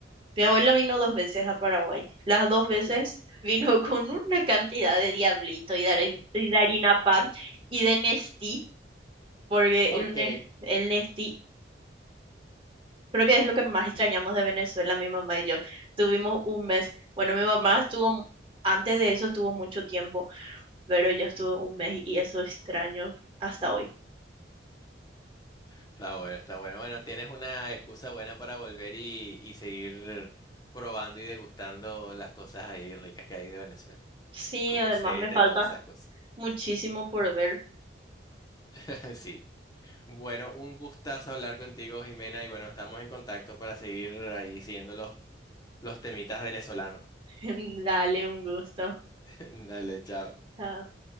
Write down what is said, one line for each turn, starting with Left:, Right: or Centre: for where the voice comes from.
Right: mi abuela vino dos veces a Paraguay, las dos veces
Left: ok.
Right: vino <laughs> con una cantidad de diablito y de, harin- y de harina pan y de Nestí, porque
Left: Ok,
Right: el, ne- el Nestí creo que es lo que más extrañamos de Venezuela, mi mamá y yo. Tuvimos un mes, bueno, mi mamá estuvo, mu- antes de eso estuvo mucho tiempo, pero yo estuve un mes y eso extraño hasta hoy.
Left: está bueno, está bueno. Bueno, tienes una excusa buena para volver y, y seguir probando y degustando las cosas ahí ricas que hay de Venezuela.
Right: Sí,
Left: Cocoseta
Right: además me falta
Left: y todas esas cosas.
Right: muchísimo por ver.
Left: <laughs> Sí. Bueno, un gustazo hablar contigo, Jimena, y bueno, estamos en contacto para seguir ahí siguiendo los, los temitas venezolanos.
Right: <laughs> Dale un gusto.
Left: <laughs> Dale, chao.
Right: Chao.